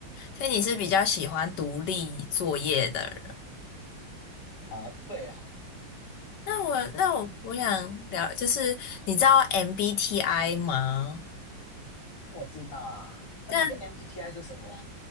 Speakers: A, on the left; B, on the left.
A: 所以你是比较喜欢独立作业的人。
B: 啊、对啊，
A: 那我那我我想聊，就是你知道 MBTI 吗？
B: 我知道啊。那、
A: 但
B: 你的 MBTI 是什么？